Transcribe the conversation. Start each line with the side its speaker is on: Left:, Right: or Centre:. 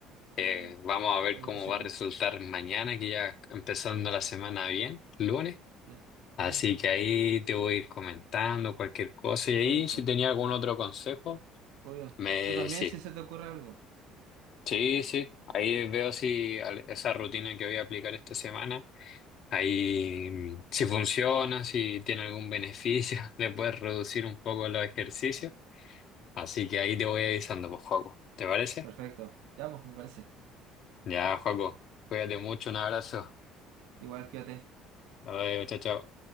Right: Qué
Left: Eh,
Right: bueno.
Left: vamos a ver
Right: Pero
Left: cómo
Right: que te sirva.
Left: va a resultar mañana, que ya empezando la semana bien, lunes.
Right: Sí.
Left: Así
Right: ¿Lunes?
Left: que ahí te voy a ir comentando cualquier cosa.
Right: Perfecto.
Left: Y ahí, si tenía algún otro consejo,
Right: Obvio.
Left: me
Right: Tú también,
Left: sí.
Right: si se te ocurre algo.
Left: Sí,
Right: Ya.
Left: sí. Ahí veo si al- esa rutina que voy a aplicar esta semana, ahí mm, si funciona, si tiene algún beneficio, <laughs> le puedes reducir un poco los ejercicios. Así que ahí te voy avisando, pues, Joaco. ¿Te parece?
Right: Perfecto. Ya, pues, me parece.
Left: Ya, Joaco. Cuídate mucho, un abrazo.
Right: Igual quédate.
Left: Hasta luego, chao, chao.